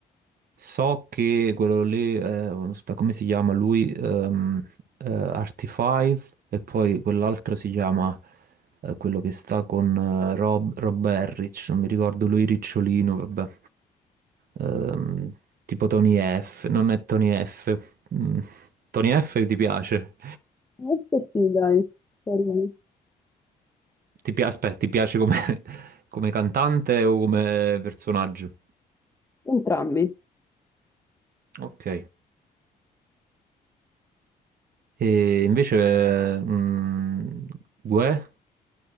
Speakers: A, on the right (about 55°); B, on the left (about 15°).
A: so che quello lì, eh, aspetta, come si chiama lui? Ehm eh, Artifive e poi quell'altro si chiama eh, quello che sta con eh, Rob, Rob Harris, non mi ricordo lui Ricciolino, vabbè. Ehm, tipo Tony F, non è Tony F, Mm, Tony F ti piace?
B: Onestamente sì, dai, carino.
A: Ti pia- aspetta, ti piace come, <laughs> come cantante o come personaggio?
B: Entrambi.
A: Ok. E invece, mm, Guè